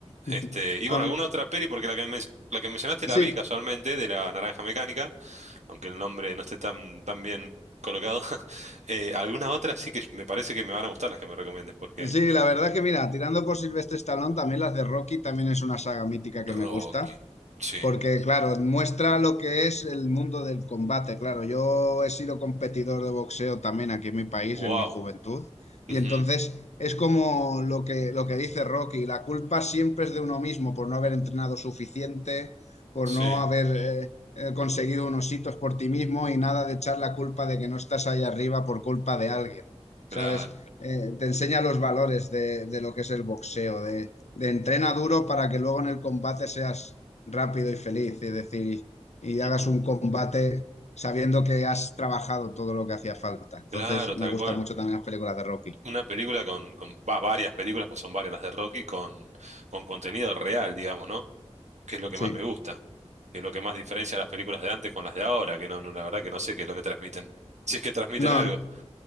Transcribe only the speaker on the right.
Este, y bueno,
alguna otra peli, porque la que, men- la que mencionaste la
vi casualmente, de la Naranja Mecánica, aunque el nombre no esté tan, tan bien colocado. <laughs> Eh, alguna otra sí que me parece que me van a gustar las que me recomiendes, porque
Rocky,
sí,
wow,
ujú,
sí,
claro,
ujú,
claro, tal
cual.
Una película con, con- va, varias películas, pues son varias las de Rocky, con, con contenido real, digamos, ¿no? que es lo que
más me gusta, que es lo que más diferencia las películas de antes con las de ahora, que no, no, la verdad que no sé qué es lo que transmiten. <laughs> Si es que transmiten
algo.